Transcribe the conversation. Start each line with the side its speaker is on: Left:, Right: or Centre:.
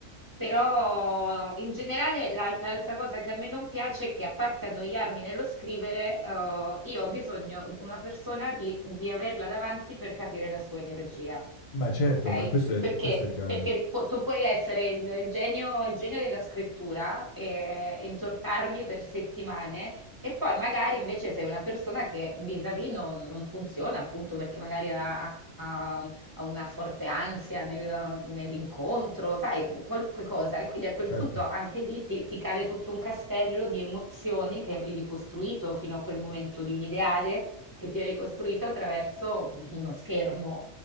Right: Però in generale l'al l'altra cosa che a me non piace è che a parte annoiarmi nello scrivere, uhm, io ho bisogno di una persona di di averla davanti per capire la sua energia,
Left: Ma certo,
Right: okay?
Left: ma questo è,
Right: perché,
Left: questo è chiaro.
Right: perché vi- pu- tu puoi essere il, il genio, il genio della scrittura eh, e intortarmi per settimane e poi magari invece sei una persona che vis-à-vis non, non funziona, appunto perché magari ha, ha- ha ha una forte ansia nel- nell'incontro, sai, qualunque cosa. E quindi a quel
Left: Certo,
Right: punto anche lì ti, ti cade tutto un castello di emozioni che avevi costruito fino a quel momento, di un ideale che ti eri costruito attraverso uno schermo.